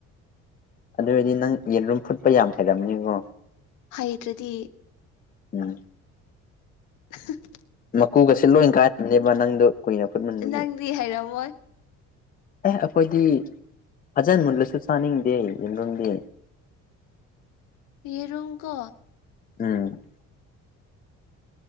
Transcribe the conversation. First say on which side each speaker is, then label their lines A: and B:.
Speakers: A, on the left (about 30°); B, on the left (about 80°).
A: ꯑꯗꯨ ꯑꯣꯏꯔꯗꯤ ꯅꯪ ꯌꯦꯔꯨꯝ ꯐꯨꯠꯄ ꯌꯥꯝ ꯍꯩꯔꯝꯅꯤꯒꯣ
B: ꯍꯩꯇ꯭ꯔꯗꯤ
A: ꯎꯝ
B: ꯑꯍꯥ
A: ꯃꯀꯨꯒꯁꯦ ꯂꯣꯏ ꯀꯥꯏꯔꯝꯅꯦꯕ ꯅꯪꯗꯣ ꯀꯨꯏꯅ ꯐꯨꯠꯃꯟꯕꯒꯤ
B: ꯅꯪꯗꯤ ꯍꯩꯔꯝꯃꯣꯏ
A: ꯑꯦ ꯑꯈꯣꯏꯗꯤ ꯐꯖꯟ ꯃꯨꯜꯂꯁꯨ ꯆꯥꯅꯤꯡꯗꯦ ꯌꯦꯔꯨꯝꯗꯤ
B: ꯌꯦꯔꯨꯝꯀꯣ
A: ꯎꯝ